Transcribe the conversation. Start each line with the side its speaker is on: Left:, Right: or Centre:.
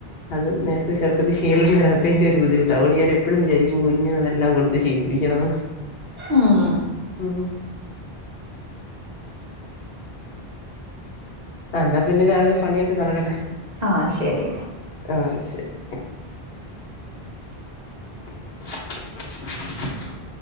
Left: അത് നേരത്തെ ചെറുപ്പത്തി ശീലം തരാത്തതിന്റെ ഒരു ബുദ്ധിമുട്ടുകണ്ട് ഞാൻ എപ്പോഴും വിചാരിക്കും കുഞ്ഞിന അതെല്ലാം കൊടുത്ത് ശീലിപ്പിക്കണംന്ന്
Right: ഉം
Left: ഓഹ എന്നാ പിന്നെ രാവിലെ പണിയൊക്കെ നടക്കട്ടെ
Right: ആഹ ശരി
Left: ആ ശരി <unintelligible>